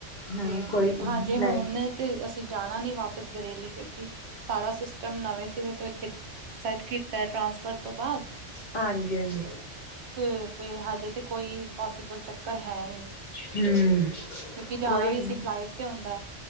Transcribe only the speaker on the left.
ਨਾ
ਕੋਈ ਨੀ
ਲੈ
ਹਾਂਜੀ-ਹਾਂਜੀ
ਹੂੰ
ਕੋਈ
ਨੀ